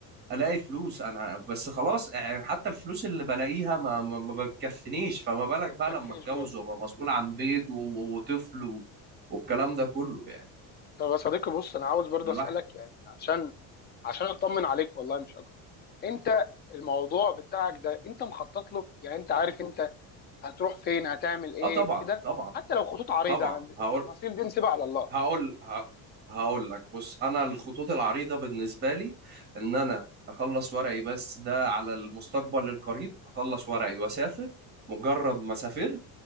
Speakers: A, on the right; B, on the left.
A: الاقي فلوس انا بس خلاص يعني حتى الفلوس اللي بلاقيها ما ما ما بتكفنيش فما بالك
B: ما بتكفيش
A: بقى لما اتجوز
B: برضه
A: وابقى مسؤول عن بيت و- وطفل و- والكلام ده كله يعني
B: طب يا صديقي بص انا عاوز برضه
A: الواحد
B: اسالك يعني عشان عشان اطمن عليك والله مش اكتر انت الموضوع بتاعك ده انت مخطط له يعني انت عارف انت هتروح فين هتعمل ايه
A: اه طبعا
B: كده
A: طبعا
B: حتى لو خطوط عريضه
A: طبعا
B: انا مش-
A: هقول
B: التفاصيل دي نسيبها على الله
A: هقول ه- هقول لك بص انا الخطوط العريضه بالنسبه لي ان انا اخلص ورقي بس ده على المستقبل القريب اخلص ورقي واسافر مجرد ما سافرت